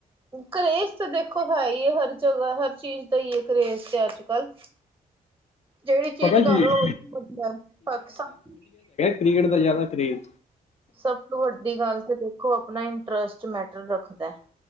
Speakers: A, on the right; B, on the left.
A: ਕਰੇਜ਼ ਤੇ ਦੇਖੋ ਹੈ ਈ ਹੈ ਹਰ ਜਗ੍ਹਾ, ਹਰ ਚੀਜ਼ ਦਾ ਈ ਏ, ਕਰੇਜ਼ ਤੇ ਅੱਜ ਕੱਲ। ਜਿਹੜੀ ਚੀਜ਼
B: ਪਤਾ
A: ਕਰਲੋ
B: ਕੀ
A: <unintelligible>
B: ਕਰੀਡ ਦਾ ਜ਼ਿਆਦਾ ਕਰੇਜ਼
A: ਸਭ ਤੋਂ ਵੱਡੀ ਗੱਲ ਤੇ ਦੇਖੋ, ਅਪਣਾ ਇੰਟਰਸਟ ਮੈਟਰ ਰੱਖਦਾ ਏ।